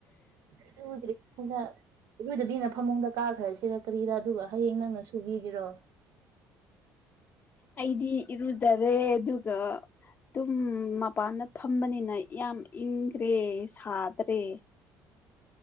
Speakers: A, on the right (about 75°); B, on the left (about 30°).
A: ꯏꯔꯨꯗ꯭ꯔꯤ ꯑꯩꯅ ꯏꯔꯨꯗꯕꯤꯅ ꯐꯃꯨꯡꯗ ꯀꯥꯈ꯭ꯔꯁꯤꯔ ꯀꯔꯤꯔ ꯑꯗꯨꯒ ꯍꯌꯦꯡ ꯅꯪꯅ ꯁꯨꯕꯤꯒꯦꯔꯣ <unintelligible>
B: ꯑꯩꯗꯤ ꯏꯔꯨꯖꯔꯦ ꯑꯗꯨꯒ ꯑꯗꯨꯝ ꯃꯄꯥꯟꯗ ꯐꯝꯕꯅꯤꯅ ꯌꯥꯝ ꯏꯪꯈ꯭ꯔꯦ ꯁꯥꯗ꯭ꯔꯦ